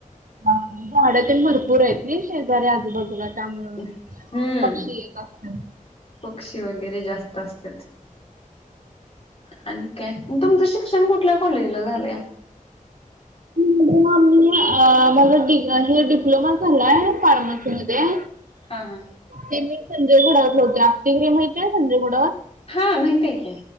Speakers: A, on the right; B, on the left.
A: हा झाडं तेन भरपूर आहेत नई शेजारी आजूबाजूला. त्यामुळं
B: हम्म
A: पक्षी येत असतील.
B: पक्षी वगैरे जास्त असत्यात. आणि काय तुमचं शिक्षण कुठल्या कॉलेजला झालंया?
A: <unintelligible> अ माझं डी हे डिप्लोमा झालाय फार्मसी मध्ये.
B: हा हा.
A: ते मी संजय घोडावतला‌ होते. आपल्या इथं माहिती आहे संजय घोडावत?
B: हा माहीतेय की.